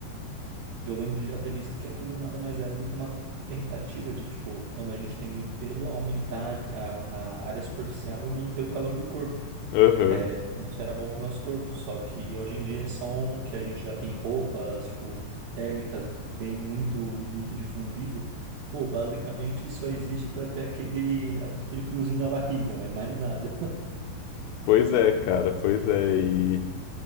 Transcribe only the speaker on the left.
Aham.
Pois é, cara, pois é. E